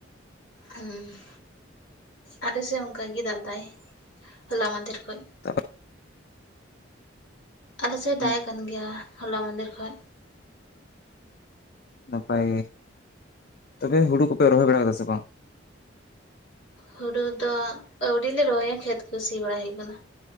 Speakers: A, on the left; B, on the left.
A: ᱦᱩᱸ᱾ ᱟᱞᱮ ᱥᱮᱫ ᱦᱚᱸ ᱚᱱᱠᱟ ᱜᱮ ᱫᱟᱜ ᱫᱟᱭ᱾ ᱦᱚᱞᱟ ᱢᱟᱫᱷᱮᱨ ᱠᱷᱚᱡ᱾
B: <inaudible>
A: ᱟᱞᱮ ᱥᱮᱫ
B: ᱦᱩᱸ
A: ᱫᱟᱜᱼᱮᱜ ᱠᱟᱱ ᱜᱮᱭᱟ ᱦᱚᱞᱟ ᱢᱟᱫᱷᱮᱨ ᱠᱷᱚᱡ᱾
B: ᱱᱟᱯᱟᱭ ᱜᱮ, ᱛᱚᱵᱮ ᱦᱩᱲᱩ ᱠᱚᱯᱮ ᱨᱚᱦᱚᱭ ᱵᱟᱲᱟ ᱠᱟᱫᱟ ᱥᱮ ᱵᱟᱝ?
A: ᱦᱩᱲᱩ ᱫᱚ ᱟᱹᱣᱨᱤᱼᱞᱮ ᱨᱚᱦᱚᱭᱟ ᱠᱷᱮᱛ ᱠᱚ ᱥᱤ ᱵᱟᱲᱟᱭ ᱦᱩᱭᱩᱜ ᱠᱟᱱᱟ᱾